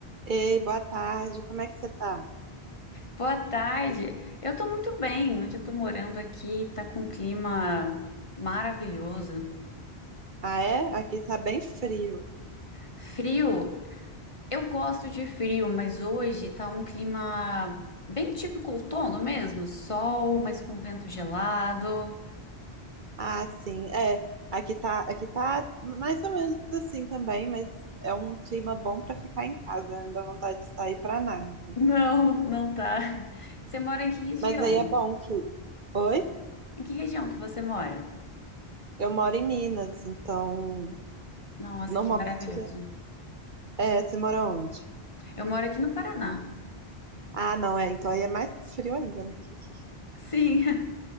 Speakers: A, on the right; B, on the left.
A: Ei, boa tarde, como é que você tá?
B: Boa tarde. Eu tô muito bem. Onde eu tô morando aqui tá com um clima maravilhoso.
A: Ah, é? Aqui tá bem frio.
B: Frio, eu gosto de frio, mas hoje tá um clima bem típico outono mesmo, sol, mas com vento gelado.
A: Ah, sim, é. Aqui tá, aqui tá mais ou menos assim também, mas é um clima bom pra ficar em casa, não dá vontade de sair pra nada.
B: <laughs> Não, não tá. Você mora em que região?
A: Mas aí é bom que. Oi?
B: Em que região que você mora?
A: Eu moro em Minas, então
B: Nossa,
A: normalmente
B: que maravilhoso.
A: já. É, você mora onde?
B: Eu moro aqui no Paraná.
A: Ah, não, é, então aí é mais frio ainda, né? que- que-
B: Sim, <laughs>